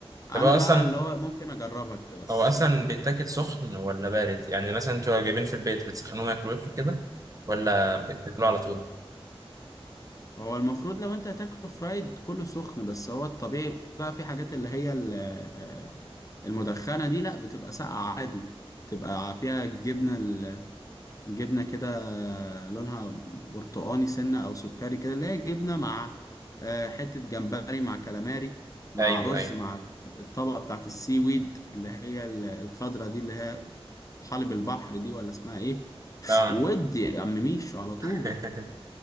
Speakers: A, on the left (about 35°); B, on the right (about 35°).
A: انا
B: طب هو
A: بقى
B: اصلا
A: اللي هو ممكن اجربها كده بس
B: هو اصلا بيتاكل سخن ولا بارد يعني مثلا انتوا جايبين في البيت بتسخنوه مايكرويف كده ولا بتاكلوه على طول
A: هو المفروض لو انت هتاكله فرايد كله سخن بس هو الطبيعي بقى في حاجات اللي هي ال- آه، المدخنة دي لا بتبقى ساقعة عادي بتبقى فيها الجبنة ال- الجبنة كده لونها برتقاني سنة أو سكري كده اللي هي جبنة مع آه، حتة جمبري مع كالاماري مع
B: ايوه
A: رز
B: ايوه
A: مع الطبقة بتاعت السي ويد اللي هي ال- الخضرة دي اللي هي حلب البحر دي ولا اسمها ايه
B: اه
A: ودي يا عم ميشو على طول
B: <laughs>